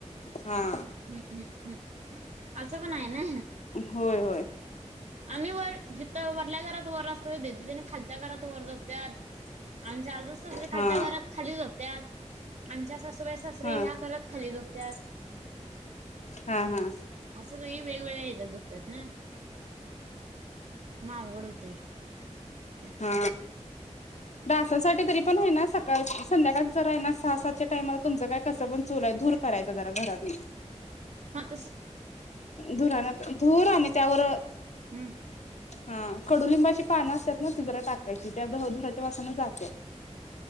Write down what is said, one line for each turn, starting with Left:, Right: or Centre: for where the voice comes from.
Left: हा
Right: ह् हम्म हम्म हम् असं पण हाय ना.
Left: होय होय
Right: आम्ही वर हीथं वरल्या घरात वर असतो दीदी त्यांनी खाल् घरात वर झोपत्याात, आमच्या आजे सासरे खालच्या
Left: हा
Right: घरात खाली झोपत्याात. आमच्या सासुबाई सासरे
Left: हा
Right: ह्या घरात खालीच झोपत्यात.
Left: हा हा
Right: असं काही वेगवेगळ्या ह्याच्या झोपत्यात ना. मग अवघड होतय. ते
Left: हा डासासाठी तरी पण आहे ना सका का संध्याकाळ जरा आहे ना सहा सातच्या टाइमाला तुमचं काय कसं पण चूल आहे धूर करायचं जरा घरातील
Right: हा तस
Left: धुरान धुर आणि त्यावर
Right: हम्म
Left: हा कडुलिंबाची पान असतात ना ति, जरा टाकायची त्या धुराच्या वासानं जात्यात.